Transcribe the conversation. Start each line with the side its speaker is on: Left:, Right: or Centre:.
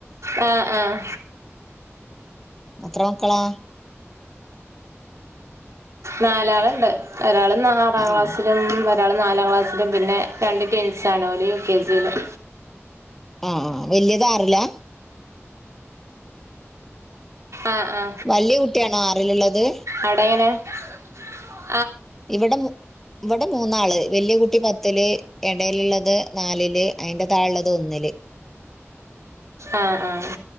Right: ഉം, ഉം
Centre: എത്ര മക്കളാ
Right: നാലാളുണ്ട്, ഒരാള് ആറാം ക്ലാസ്സിലും
Centre: ആഹ്
Right: ഒരാൾ നാലാം ക്ലാസ്സിലും, പിന്നെ രണ്ട് ടിൻസ് ആണ ഓല്‌ യു കെ ജിയിലും
Centre: ആ വല്യത് ആറിലാ
Right: ആ ആ
Centre: വല്യ കുട്ടിയാണോ ആറിലുള്ളത്
Right: അവടെ എങ്ങനെ <unintelligible>
Centre: ഇവിടെ ഇവിടെ മൂന്നാള് വലിയ കുട്ടി പത്തില്ല്, ഇടയിലുള്ളത് നാലില്, അയിന്റെ താഴെ ഉള്ളത് ഒന്നില്
Right: ആഹ് ആഹ്